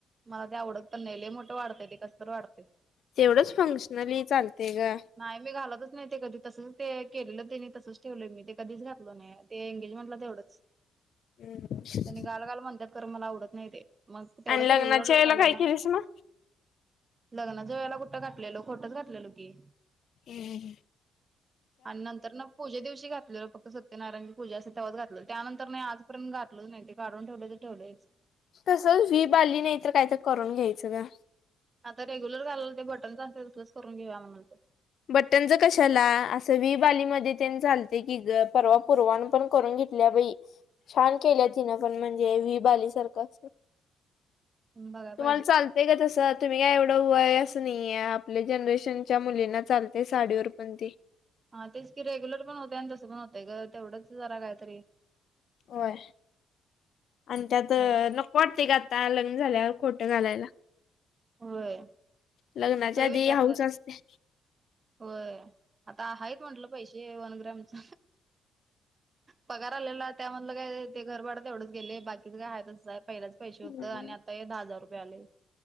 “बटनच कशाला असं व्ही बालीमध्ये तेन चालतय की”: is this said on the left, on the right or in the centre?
Left